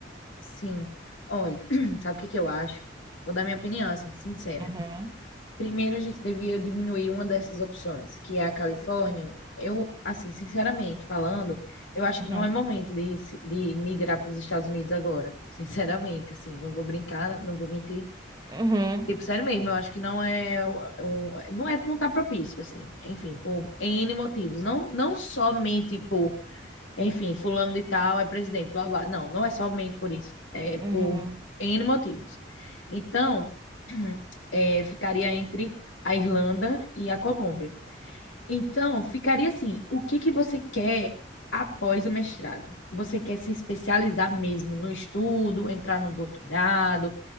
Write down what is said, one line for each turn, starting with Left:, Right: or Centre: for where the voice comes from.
Left: sim. Olha, <clears throat> sabe o que que eu acho? Vou dar minha opinião, assim, sincera.
Right: Uhum,
Left: Primeiro, a gente devia diminuir uma dessas opções, que é a Califórnia. Eu, assim, sinceramente falando, eu acho
Right: uhum,
Left: que não é momento de, se- de migrar para os Estados Unidos agora. Sinceramente, assim, não vou brincar, não vou mentir.
Right: uhum,
Left: Tipo, sério mesmo, eu acho que não é, o- o- não é, não tá propício, assim. Enfim, por N motivos. Não, não somente por, enfim, fulano de tal é presidente, blá, blá. Não, não é somente por isso. É por
Right: uhum.
Left: N motivos. Então, é, ficaria entre a Irlanda e a Colômbia. Então, ficaria assim: o que que você quer após o mestrado? Você quer se especializar mesmo no estudo, entrar no doutorado,